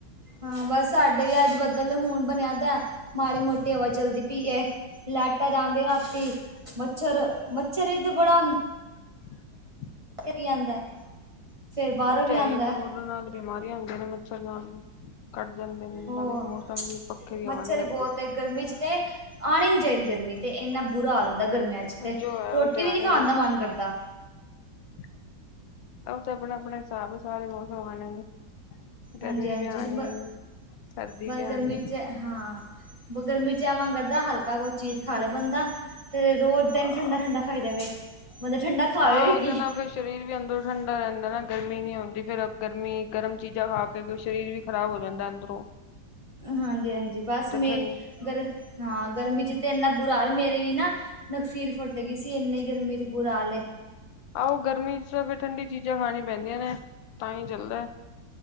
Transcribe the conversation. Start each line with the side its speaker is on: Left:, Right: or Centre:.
Right: ਹਾਂ ਬਸ, ਸਾਡੇ ਵੀ ਅੱਜ ਬੱਦਲ ਹੁਣ ਬਣਿਆਦਾ। ਮਾੜੀ ਮੋਟੀ ਹਵਾ ਚੱਲਦੀ ਪਈ ਏ। ਲੈਟਾਂ ਜਾਂਦੀਆਂ ਰਾਤੀ, ਮੱਛਰ, ਮੱਛਰ ਵੀ ਤੇ ਬੜਾ
Left: <inaudible>
Right: ਕੀ ਆਂਦਾ, ਫੇਰ ਬਾਹਰੋਂ
Left: ਉਹ
Right: ਵੀ
Left: ਤੇ
Right: ਆਂਦਾ।
Left: ਹੈ ਹੀ ਫਿਰ ਉਹਦੇ ਨਾਲ ਬਿਮਾਰੀਆਂ ਹੁੰਦੀਆਂ ਨੇ ਮੱਛਰ ਨਾਲ ਵੀ, ਕੱਟ ਜਾਂਦੇ ਨੇ।
Right: ਹੋਰ
Left: ਨਾਲੋਂ ਮੌਸਮ ਵੀ, ਪੱਖੇ ਦੀ
Right: ਮੱਛਰ
Left: ਹਵਾ ਨੀ ਲੱਗਦੀ।
Right: ਬਹੁਤ ਹੈ ਗਰਮੀ 'ਚ ਤੇ ਆਣੀ ਨੀ ਚਾਹੀਦੀ ਗਰਮੀ, ਤੇ ਇੰਨਾ ਬੁਰਾ ਹਾਲ ਹੁੰਦਾ ਗਰਮੀਆਂ 'ਚ। ਵਿੱਚ
Left: ਜੋ
Right: ਤੇ
Left: ਹੈ ਉਹ
Right: ਰੋਟੀ
Left: ਆਣੀ
Right: ਵੀ ਨੀ ਖਾਣ ਦਾ ਮਨ ਕਰਦਾ।
Left: ਉਹ ਤੇ, ਆਪਣਾ -ਆਪਣਾ ਹਿਸਾਬ, ਸਾਰੇ ਮੌਸਮ ਆਣੇ ਨੇ। ਗਰਮੀ
Right: ਹਾਂਜੀ, ਹਾਂਜੀ।
Left: ਵੀ ਆਣੀ
Right: ਬ
Left: ਸਰਦੀ
Right: ਬਸ
Left: ਵੀ
Right: ਗਰਮੀ
Left: ਆਣੀ
Right: 'ਚ ਹਾਂ ਬੱਸ ਗਰਮੀ 'ਚ ਆ ਮੰਨ ਕਰਦਾ, ਹਲਕਾ ਕੋਈ ਚੀਜ਼ ਖਾ ਲੇ ਬੰਦਾ ਤੇ ਰੋਜ ਦਿਨ
Left: ਆ
Right: ਠੰਡਾ- ਠੰਡਾ ਖਾਈ ਜਾਵੇ। ਮਤਲਬ ਠੰਡਾ ਖਾਵੇ
Left: ਹਾਂ,
Right: ਵੀ
Left: ਉਹਦੇ
Right: ਕੀ
Left: ਨਾਲ ਫਿਰ ਸ਼ਰੀਰ ਵੀ ਅੰਦਰੋਂ ਠੰਡਾ ਰਹਿੰਦਾ ਨਾ, ਗਰਮੀ ਨੀ ਹੁੰਦੀ। ਫਿਰ ਗਰਮੀ, ਗਰਮ ਚੀਜ਼ਾਂ ਖਾ ਕੇ ਸ਼ਰੀਰ ਖਰਾਬ ਹੋ ਜਾਂਦਾ ਅੰਦਰੋਂ।
Right: ਹਾਂਜੀ, ਹਾਂਜੀ। ਬਸ
Left: ਤੇ
Right: ਮੇ
Left: ਠੰ
Right: ਗਰ ਹਾਂ, ਗਰਮੀ 'ਚ ਤੇ ਇੰਨਾ ਬੁਰਾ ਹਾਲ ਮੇਰੇ ਵੀ ਨਾ ਨਕਸੀਰ ਫੁੱਟ ਗਈ ਸੀ, ਇੰਨੀ ਗਰਮੀ 'ਚ ਬੁਰਾ ਹਾਲ ਏ।
Left: ਆਹੋ, ਗਰਮੀ 'ਚ ਤਾਂ ਫਿਰ ਠੰਡੀ ਚੀਜ਼ਾਂ ਖਾਣੀ ਪੈਂਦੀਆਂ ਨੇ, ਤਾਂ ਹੀ ਚੱਲਦਾ